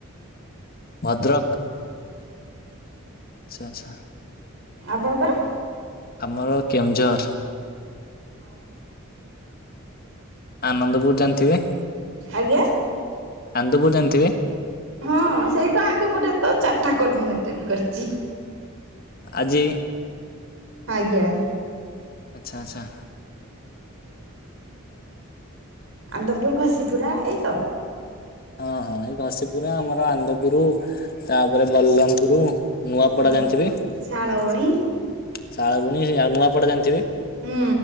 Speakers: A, on the left; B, on the right.
A: <unintelligible> ଭଦ୍ରକ୍। ଆଚ୍ଛା ଆଚ୍ଛା।
B: ଆପଣଙ୍କର?
A: ଆମର କେଉଁଝର।
B: ଓହୋ।
A: ଆନନ୍ଦପୁର ଜାଣିଥିବେ?
B: ଆଜ୍ଞା।
A: ଆନ୍ଦପୁର ଜାଣିଥିବେ?
B: ହଁ ସେଇତ ଆନ୍ଦପୁରରେ ତ ଚାରିଟା କର୍ମ ମେଣ୍ଟେନ କରିଛି।
A: ଆଜି
B: ଆଜ୍ଞା।
A: ଆଚ୍ଛା ଆଚ୍ଛା।
B: ଆନ୍ଦପୁର ଘଷିପୁରା ଏଇ ତ?
A: ହଁ ହଁ ଏଇ ଘସିିପୁରା ଆମର ଆନ୍ଦପୁର ତାପରେ ବଲ୍ଲାମପୁର। ନୂଆପଡା
B: ହଁ।
A: ଜାଣିଥିବେ
B: ଶାଳବଣି
A: ଶାଳ୍ ଶାଳବଣି ସେ ଆଉ ନୂଆପଡା ଜାଣିଥିବେ?
B: ହୁଁ